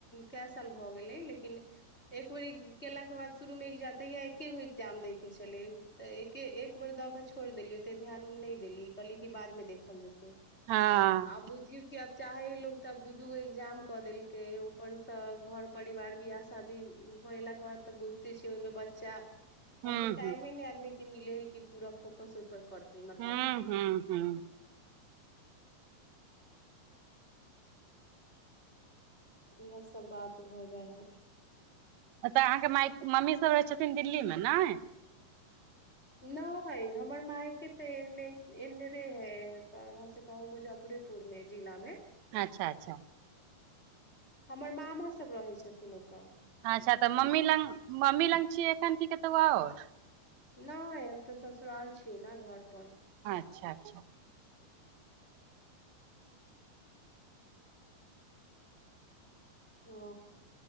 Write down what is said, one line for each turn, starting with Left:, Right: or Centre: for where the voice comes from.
Left: कए साल भऽ गेलै, लेकिन एक बेर केलाके बाद शुरूमे तहिय एके गो एग्जाम दय के छलै तऽ एके एक बेर दऽ कऽ छोड़ देलियै ओते ध्यान ओ नहि देलियै कहलिय कि बादमे देखल जेतै।
Right: हँ
Left: आब बुझियौ किब चाहे लोग तब दू दूगो एग्जाम क देलकै ऊपर से घर परिवार विियाह शादी हो एला के बाद तऽ बुझते छ ओहिमे बच्चा
Right: हूँ
Left: ओते टाइम ही नहि आमी के मिले है कि पूरा फोकस पर करते मतलब
Right: हू हू हू
Left: इएह सब बात भऽ जाइ हइ
Right: तऽ अहाँके मइ मम्मीसभ रहै छथिन दिल्लीमे ने।
Left: नहि हमर मायकेी तऽ एने एनेरे हैाँ से कहू मुजफ्फरेपुर मे जिला मे।
Right: अच्छा अच्छा
Left: हमर मामा सब रहै छथिन ओ
Right: अच्छा त मम्मी लग मम्मी लग लियै अखैन कि कत तब और
Left: नै हम त ससुराल छियै ने घर पर
Right: अच्छा अच्छा।
Left: ओ